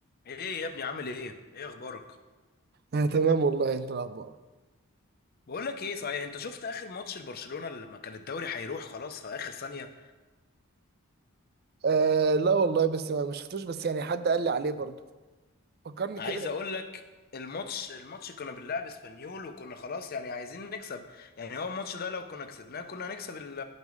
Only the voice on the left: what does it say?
ايه يا ابني عامل ايه ايه اخبارك
بقول لك ايه صحيح انت شفت اخر ماتش لبرشلونة لما كان الدوري هيروح خلاص في اخر ثانية
عايز
اقول لك الماتش الماتش كنا بنلعب اسبانيول وكنا خلاص يعني عايزين نكسب يعني هو الماتش ده لو كنا كسبناه كنا هنكسب ال-